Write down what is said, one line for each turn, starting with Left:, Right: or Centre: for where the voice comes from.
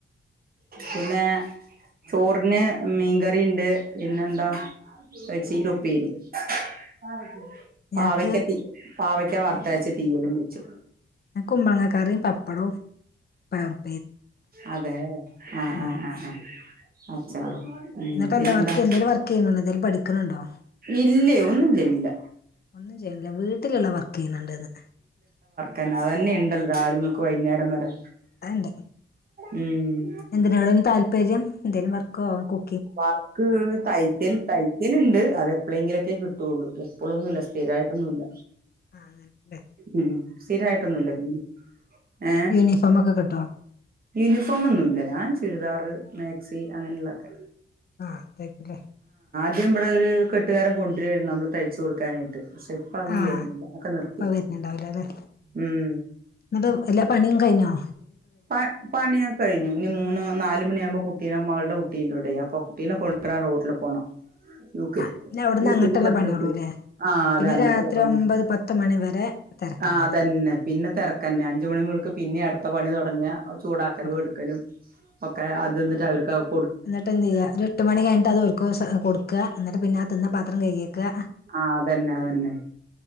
Right: പിന്നെ <unintelligible>
Left: ഞങ്ങക്ക്
Right: പാവയ്ക്ക തീ പാവയ്ക്ക വറുത്തരച്ചു തീയലും വെച്ചു.
Left: കുമ്പളങ്ങ കറിയും, പപ്പടവും, പയറും.
Right: അതെ ആഹ ആഹ
Left: ഉം
Right: ആഹ ആഹ. അച്ചാറും. ഉം
Left: എന്നിട്ട്
Right: പിന്നെന്താ
Left: എന്താ വർക്ക് എന്തേലും വർക്ക് ചെയ്യുന്നുണ്ടോ? എന്തേലും പഠി ക്കണുണ്ടോ
Right: ഇല്ലയോ ഒന്നും ചെയ്യുന്നില്ല
Left: ഒന്നും ചെയ്യണില്ല വീട്ടിലുള്ള വർക്ക് ചെയ്യുന്നുണ്ടെന്ന്
Right: തന്നെ അതന്നെ ഉണ്ടല്ലോ രാവിലെ മുതൽക്ക് വൈകുന്നേരം വരെ
Left: ആ ഇണ്ട്
Right: ഉം
Left: എന്തിനോടാണ് താല്പ പര്യം എന്തേലും വർക്കോ കു
Right: വർക്ക് തയ്ക്കൽ തൈക്കൽ ഉണ്ട് അത് എപ്പോളെങ്കിലൊക്കെ കിട്ടുള്ളൂ എപ്പോളൊന്നുല്ല സ്ഥിരം ആയിട്ടൊന്നൂല്ല
Left: ആ അങ്ങനല്ലേ
Right: ഉം സ്ഥിരായിട്ടൊന്നൂല്ല പിന്നെ ഏഹ്
Left: യൂണിഫോം ഒക്കെ കിട്ടോ
Right: യൂണിഫോം ഒന്നൂല്ലാ ഞാൻ ചുരിദാറ് മാക്സി അങ്ങനെയുള്ളൊക്കെ
Left: ആഹ് അതെക്കെ
Right: ദ്യം നമ്മടെ ഒരു കെട്ടുകാരം കൊണ്ടുവരുകമായിരുന്നു നമ്മള് തയ്ച്ചുക കൊടുക്കാനായിട്ട് പക്ഷെ ഇപ്പ അതൊന്നും
Left: ആഹ്
Right: വരുന്നില്ല ഒക്കെ നിർത്തി
Left: ഇപ്പ വരുന്നുണ്ടാവില്ല അല്ലെ
Right: ഉം
Left: എന്നിട്ട് എല്ലാ പണിയും കയിത്തോ
Right: പ പണിയൊക്കെ കഴിഞ്ഞു ഇനി മൂന്ന് നാല് മണിയാകുമ്പോൾ കുട്ടീ മകളുടെ കു ട്ടീടെയ അപ്പൊ കുട്ടീനെ കൊണ്ടരാൻ റോട്ടില് പോണം യു കെല്
Left: ആഹ് പിന്നെ അവിടുന്ന്
Right: യു
Left: അങ്ങോട്ടുള്ള
Right: കെല് പഠിച്ച
Left: പണിയുള്ളൂല്ലേ
Right: കുട്ടിയാ ആ അതെ
Left: പിന്നെ
Right: അങ്ങോട്ടുള്ള
Left: രാത്രി
Right: പണി
Left: ഒമ്പത് പത്ത് മണി വരെ തിരക്ക്
Right: ആ
Left: തന്നെയാണ്
Right: അതന്നെ പിന്നെ തിരക്കന്നെ അഞ്ച മണിമുതൽക് പിന്നെ അടു ഇപ്പം പണി തൊ പഞ്ഞ ചൂടാക്കലും
Left: തുടങ്ങും
Right: എടുക്കലും ഒക്കെ അത് ന്നിട്ട് അവർക്കാവും
Left: എന്നിട്ട് എന്ത് ചെയ്യ ഒരു എട്ട് മണിഴിഞ്ഞട്ട് അത് <unintelligible> കൊടുക്കുക എന്നിട്ട് പിന്ന അ തിന്ന പാ ത്രം കൈകി വെക്കുക
Right: ആഹ അതന്നെ അതന്നെ